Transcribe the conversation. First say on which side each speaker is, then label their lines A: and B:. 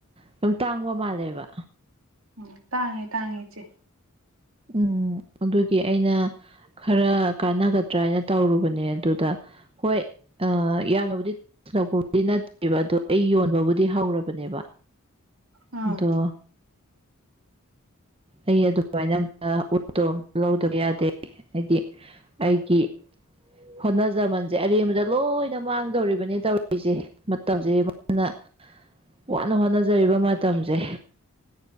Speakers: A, on the right; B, on the right.
A: ꯑꯗꯨꯝ ꯇꯥꯡꯕ ꯃꯥꯜꯂꯦꯕ
B: ꯎꯝ ꯇꯥꯡꯉꯦ ꯇꯥꯡꯉꯦ ꯏꯆꯦ
A: ꯎꯝ ꯑꯗꯨꯒꯤ ꯑꯩꯅ ꯈꯔ ꯀꯥꯟꯅꯒꯗ꯭ꯔꯥ ꯍꯥꯏꯅ ꯇꯧꯔꯨꯕꯅꯦ ꯑꯗꯨꯗ ꯍꯣꯏ ꯎꯝ ꯌꯥꯝꯂꯕꯗꯤ ꯂꯛꯄꯕꯨꯗꯤ ꯅꯠꯇꯦꯕ ꯑꯗꯣ ꯑꯩ ꯌꯣꯟꯕꯕꯨꯗꯤ ꯍꯧꯔꯕꯅꯦꯕ
B: ꯑꯥ
A: ꯑꯗꯣ ꯑꯩ ꯑꯗꯨꯃꯥꯏꯅ ꯎꯠꯇꯣ ꯑꯝꯇ ꯂꯧꯗꯕ ꯌꯥꯗꯦ ꯍꯥꯏꯗꯤ ꯑꯩꯒꯤ ꯍꯣꯅꯖꯖꯦ ꯑ ꯂꯣꯏꯅ ꯃꯥꯡꯗꯧꯔꯤꯕꯅꯤ ꯇꯧꯔꯤꯁꯦ ꯃꯇꯝꯁꯦ ꯃꯥꯅ ꯋꯥꯅ ꯍꯣꯠꯅꯖꯔꯤꯕ ꯃꯇꯝꯁꯦ